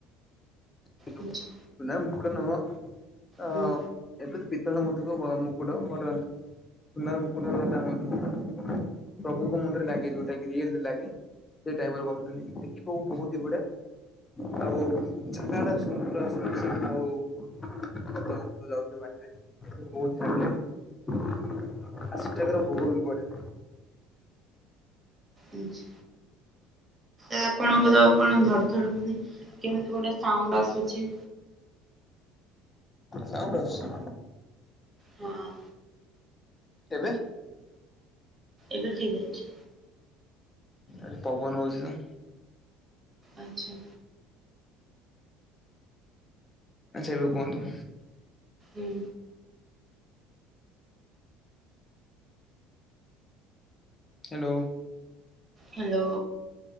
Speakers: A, on the left; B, on the right.
A: ହିଜୁ
B: ଆଚ୍ଛା
A: ନାଁ ମୁକ ନୁହଁ ତ
B: ହଁ
A: ଏବେ ତ ପିତ୍ତଳ ମୁର୍ତ୍ତୀକୁ ବ ମୁକୁଟ ବଡ଼ର ସୁନାର ମୁକୁଟ ତା ମଧୁ ପ୍ରଭୁଙ୍କ ମୁଣ୍ଡରେ ଲାଗେ ଯୋଉଟା କି ରିଏଲ ରେ ଲାଗେ। ସେ ଟାଇପ କହୁଥୁନି ଦେଖିବୁ ବହୁତି ବଢ଼ିଆ ଆଉ ଝା ଲାଟା ସୁନ୍ଦର ଆସୁଚି ଆଉ <inaudible> ଯାଉଛି ମାଟିରେ। ତତେ ବହୁତ୍ ଶା ଲାଗିବ ଆ ସେଠାକାର ଭୋଗ ବି ବଢ଼ିଆ।
B: ଉଁଛ୍ ଆ ଆପଣଙ୍କର କଣ ଧଡ଼ ଧଡ଼ ମନେ କେମିତି ଗୋଟେ ସାଉଣ୍ଡ ଆସୁଚି।
A: ସାଉଣ୍ଡ ଅସୁଚି।
B: ହଁ
A: ଏବେ?
B: ଏବେ ଠିକ୍ ଅଛି।
A: ଆ ପବନ ହଉଚି ତ।
B: ଆଚ୍ଛା।
A: ଆଚ୍ଛା ଏବେ କୁହନ୍ତୁ।
B: ଉଁ।
A: ହେଲୋ।
B: ହାଲୋ।